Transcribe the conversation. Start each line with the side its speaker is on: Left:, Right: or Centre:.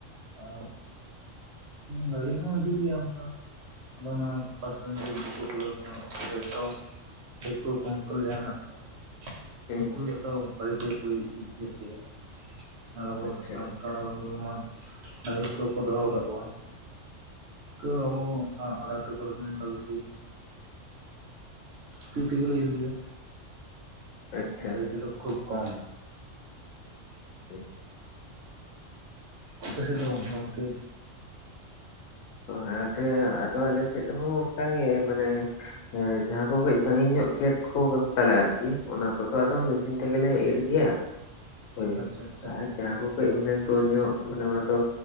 Right: ᱟᱨ ᱜᱟᱹᱲᱤ ᱦᱚᱸ ᱦᱤᱡᱩᱜ ᱜᱮᱭᱟ ᱚᱱᱠᱟ᱾ ᱟᱫᱚ ᱱᱚᱶᱟ ᱯᱟᱥᱮᱨᱮ ᱨᱮᱱ ᱜᱮ ᱫᱤᱠᱩ ᱠᱚ ᱩᱱᱠᱩ ᱫᱚ ᱡᱚᱛᱚ ᱫᱤᱠᱩ ᱠᱚ <unintelligible> ᱡᱟᱦᱟᱸᱭ ᱢᱮᱱᱟᱜ ᱠᱚᱣᱟ
Left: ᱦᱩᱸ
Right: ᱩᱱᱠᱩ ᱫᱚ ᱜᱟᱹᱲᱤ ᱛᱮᱜᱮ ᱠᱚ ᱤᱨ ᱦᱚᱪᱚᱭᱟ᱾ ᱟᱨ ᱟᱵᱚ
Left: ᱟᱪᱪᱷᱟ
Right: ᱥᱟᱱᱛᱟᱲ ᱦᱚᱸ ᱢᱟ ᱰᱟᱺᱝᱨᱤ ᱠᱚᱠᱚ ᱫᱚᱦᱚ ᱟᱠᱟᱜ ᱠᱚᱣᱟ ᱠᱟᱹᱡ ᱨᱮᱦᱚ ᱟᱞᱮ ᱟᱹᱛᱩ ᱠᱚᱨᱮ ᱫᱚ ᱵᱮᱥᱤ ᱛᱤ ᱛᱮᱜᱮ ᱞᱮ ᱤᱨ ᱜᱤᱭᱟ
Left: ᱟᱪᱪᱷᱟ
Right: ᱜᱟᱹᱲᱤ ᱛᱮ ᱫᱚ ᱠᱷᱩᱵ ᱠᱚᱢ
Left: <inaudible>
Right: ᱟᱯᱟᱥᱮᱫ ᱫᱚ ᱜᱚᱝ ᱜᱚᱝᱠᱮ
Left: <unintelligible> ᱟᱫᱮ, ᱟᱫᱚ ᱟᱞᱮ ᱥᱮᱫ ᱦᱚᱸ ᱚᱱᱠᱟ ᱜᱮ ᱢᱟᱱᱮ ᱮᱸ ᱡᱟᱦᱟᱸ ᱠᱚ ᱠᱟᱹᱡ ᱥᱟᱺᱜᱤᱧ ᱧᱚᱜ ᱠᱷᱮᱛ ᱠᱚ ᱛᱟᱞᱮ ᱟᱨᱠᱤ ᱚᱱᱟ ᱠᱚᱫᱚ ᱟᱫᱚ ᱢᱮᱥᱤᱱ ᱛᱮᱜᱮᱞᱮ ᱤᱨ ᱜᱮᱭᱟ᱾ ᱦᱳᱭ
Right: ᱟᱪᱪᱷᱟ ᱟᱪᱪᱷᱟ
Left: ᱟᱨ ᱡᱟᱦᱟᱸ ᱠᱚ ᱠᱟᱹᱡ ᱢᱟᱱᱮ ᱥᱳᱨ ᱧᱚᱜ ᱢᱟᱱᱮ ᱚᱱᱟ ᱫᱚ,